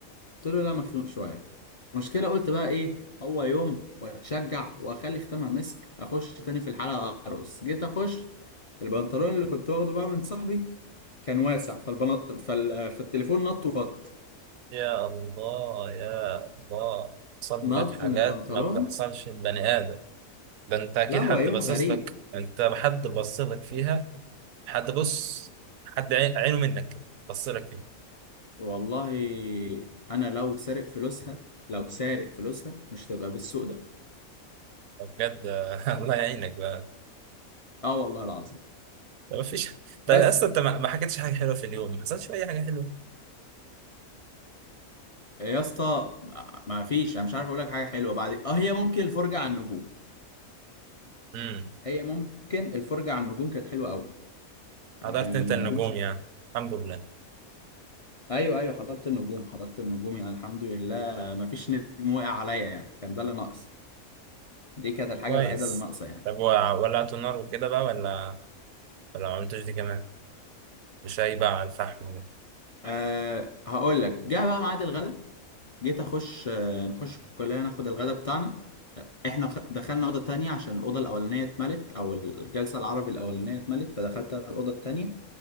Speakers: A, on the left (about 55°); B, on the right (about 75°).
A: قلت له لا مخنوق شويه المشكله قلت بقى ايه هو يوم واتشجع واخلي ختامها مسك اخش تاني في الحلقه ارقص جيت اخش البنطلون اللي كنت واخده بقى من صاحبي كان واسع فالبنط... فال... فالتليفون نط وفط
B: يا الله يا الله بتحصل
A: نط
B: لك حاجات
A: من البنطلون
B: ما بتحصلش لبني آدم ده انت اكيد
A: لا هو
B: حد
A: يوم
B: باصص
A: غريب
B: لك انت حد بص لك فيها حد بص حد عي- عينه منك كده بص لك فيها
A: والله انا لو سارق فلوسها لو سارق فلوسها مش هتبقى بالسوء ده
B: بجد <laughs> الله يعينك بقى
A: اه والله العظيم
B: ما فيش طيب
A: بس
B: اصلا انت ما ما حكيتش حاجه حلوه في اليوم ما حصلش في اي حاجه حلوه
A: يا اسطى ما فيش انا مش عارف اقول لك حاجه حلوه بعد اه هي ممكن الفرجه على النجوم
B: امم
A: هي ممكن الفرجه على النجوم كانت حلوه قوي
B: حضرت
A: يعني
B: انت النجوم
A: نجوم شك...
B: يعني الحمد لله
A: ايوه ايوه حضرت النجوم حضرت النجوم يعني الحمد لله ما فيش نجم وقع عليا يعني كان ده اللي ناقص دي كانت الحاجه
B: كويس
A: الوحيده اللي ناقصه يعني
B: طب وع- ولعتوا النار وكده بقى ولا ولا ما عملتوش دي كمان وشايبة على الفحم
A: أه هقول لك جه بقى ميعاد الغدا جيت اخش آه، نخش كلنا ناخد الغدا بتاعنا احنا خ- دخلنا اوضه تانية عشان الاوضه الاولانيه اتملت او الجلسه العربي الاولانيه اتملت فدخلت أنا الاوضه التانية